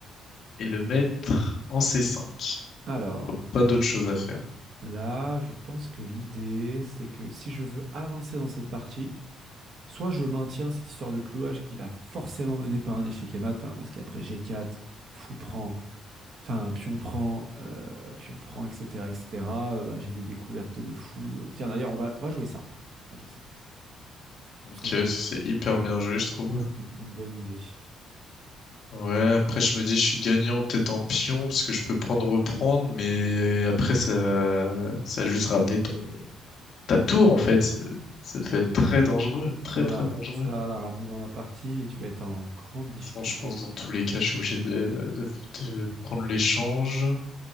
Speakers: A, on the left; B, on the right.
A: et le mettre en C5.
B: Alors,
A: Faut Pas d'autre chose à faire.
B: là, je pense que l'idée, c'est que si je veux avancer dans cette partie, soit je maintiens cette histoire de clouage qui va forcément mener par un échec et mat, hein, parce qu'après G4, fou prend, enfin, pion prend, euh, pion prend, etc., etc., euh, bah, j'ai des découvertes de fou. Tiens, d'ailleurs, on va, on va jouer ça. On va jouer ça, qui
A: Ok,
B: me semble une
A: c'est hyper bien joué, je trouve.
B: une- une bonne idée.
A: Ouais, après je me dis je suis gagnant peut-être en pion parce que je peux prendre reprendre, mais après ça va, ça va juste ramener ton ta tour en fait. Ça ça peut être très dangereux, très
B: Ça va
A: très
B: la,
A: dangereux.
B: ça va la ramener dans la partie et tu vas être en grande difficulté.
A: Sinon, je pense dans tous les cas, je suis obligé de, les- de, de prendre l'échange.